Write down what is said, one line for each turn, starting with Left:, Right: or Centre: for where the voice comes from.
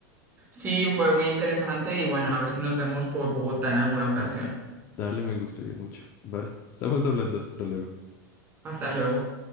Right: Sí, fue muy interesante y bueno, a ver si nos vemos por Bogotá en alguna ocasión.
Left: Dale, me gustaría mucho. Vale, estamos hablando. Hasta luego.
Right: Hasta luego.